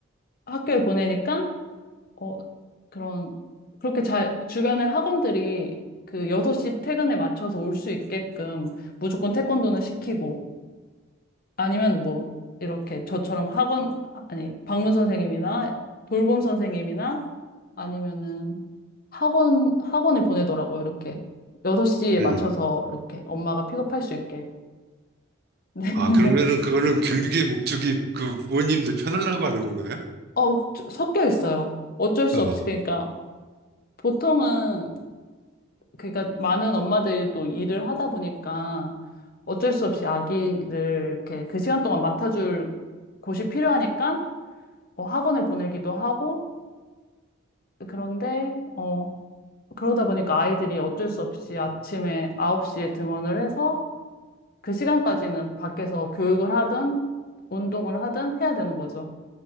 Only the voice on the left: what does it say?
학교에 보내니까, 어, 그런, 그렇게 잘, 주변에 학원들이 그 6시 퇴근에 맞춰서 올 수 있게끔 무조건 태권도는 시키고, 아니면 뭐, 이렇게 저처럼 학원, 아니, 방문 선생님이나 돌봄 선생님이나 아니면은 학원, 학원에 보내더라고요, 이렇게. 여섯 시에
맞춰서 이렇게 엄마가 픽업할 수 있게. <laughs>
네.
어, 저- 섞여 있어요. 어쩔 수
없이. 그러니까 보통은 그러니까 많은 엄마들도 일을 하다 보니까 어쩔 수 없이 아기를 이렇게 그 시간 동안 맡아줄 곳이 필요하니까 뭐 학원을 보내기도 하고 그런데 어 그러다 보니까 아이들이 어쩔 수 없이 아침에 9시에 등원을 해서 그 시간까지는 밖에서 교육을 하든 운동을 하든 해야 되는 거죠.